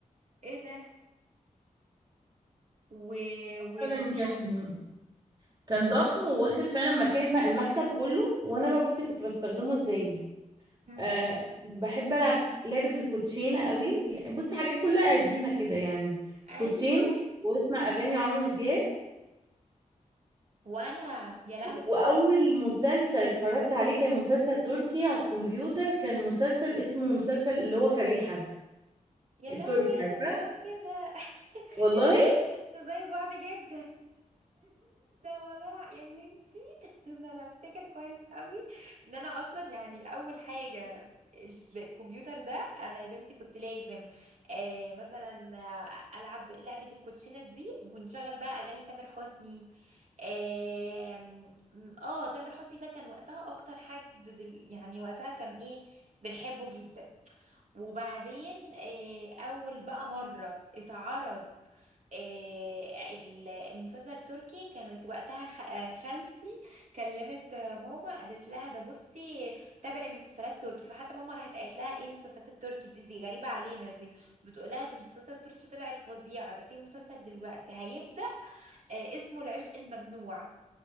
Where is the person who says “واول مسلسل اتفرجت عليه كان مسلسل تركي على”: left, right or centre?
Right